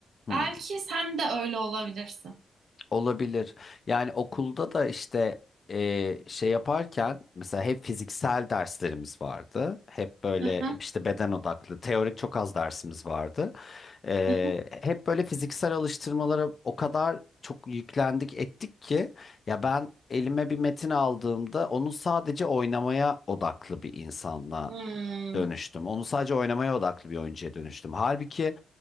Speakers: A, on the left; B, on the right.
A: Hmm.
B: Belki sen de öyle olabilirsin.
A: Olabilir. Yani okulda da işte e, şey yaparken mesela hep fiziksel derslerimiz vardı. Hep böyle
B: Aha,
A: işte beden odaklı, teorik çok az dersimiz vardı. E,
B: aha.
A: hep böyle fiziksel alıştırmalara o kadar çok yüklendik ettik ki ya ben elime bir metin aldığımda onu sadece oynamaya odaklı bir insanla
B: Hmm,
A: dönüştüm. Onu sadece oynamaya odaklı bir oyuncuya dönüştüm. Halbuki